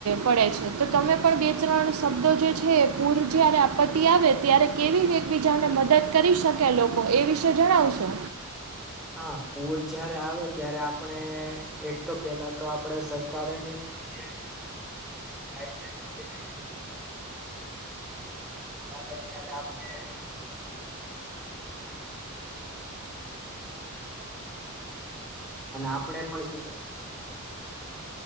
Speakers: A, on the right; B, in the centre.
A: પડે છે તો તમે પણ બે ત્રણ તો જે છે એ પૂર જ્યારે આપત્તિ આવે ત્યારે કેવી એકબીજાને મદદ કરી શકે એ લોકો એ વિશે જણાવશો
B: હા, પૂર જયારે આવે ત્યારે આપણે એક તો પેલા તો આપણે સરકારની જે રીતે, એટલે <unintelligible> મળે ત્યારે આપણે <unintelligible> અને આપણે પણ શું